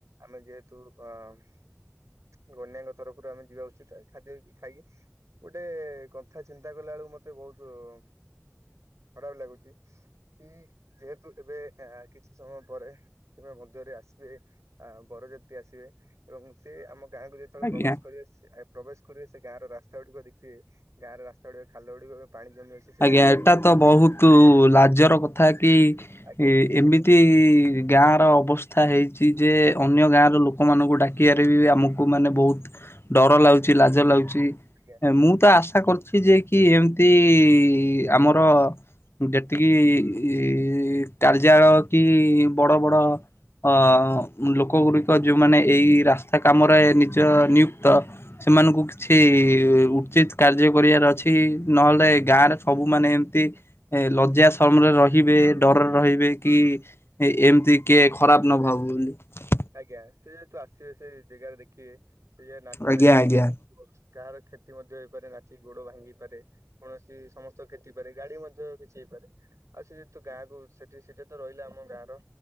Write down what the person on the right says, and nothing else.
ଆମେ ଯେହେତୁ ଅ ଗନ୍ୟାଙ୍କ ତରଫରୁ ଆମେ ଯିବା ଉଚିତ ୱଖାଦ୍ୟ କି ଖାଇକି ଗୋଟେ-ଏ କଥା ଚିନ୍ତା କଲାଳକୁ ମତେ ବୋହୁତୁ-ଉ ଖରାପ ଲାଗୁଚି, କି-ଇ ଯେହେତୁ ଏବେ ଆ କିଛି ସମୟ ପରେ କିମ୍ବା ମଦ୍ୟରେ ଆସିବେ, ଆ ବରଯାତ୍ରୀ ଆସିବେ, ଏବଂ ସେ ଆମ ଗାଁକୁ ଯେ ଯେତେବେଳେ
ପ୍ରବେଶ କରିବେ, ସେ ଆ ପ୍ରବେଶ କରିବେ, ସେ ଗାଁର ରାସ୍ତା ଗୁଡିକ ଦେଖିବେ, ଗାଁର ରାସ୍ତା ଗୁଡିକ ଖାଲ ଗୁଡିକ ଏବେ ପାଣି ଜମି ଅଛ୍
ଆଜ୍ଞା
ଆଜ୍ଞା
ଆଜ୍ଞା, ସେ ଯେହେତୁ ଆସିବେ, ସେଇ ଜେଗାରେ ଦେଖିବେ, ସେ ଯେ ନାଚିପାରିବେନି।
କାହାର କ୍ଷତି ମଧ୍ୟ ହେଇପାରେ, ନାଚିକି ଗୋଡ ଭାଙ୍ଗି ପାରେ। କୌଣସି ସମସ୍ତ କ୍ଷତିପାରେ, ଗାଳି ମଧ୍ୟ କିଛି ହେଇପାରେ? ଆଉ ସେ ଯେହେତୁ ଗାଁକୁ, ସେଠି ସେଠା ତ ରହିଲା ଆମ ଗାଁର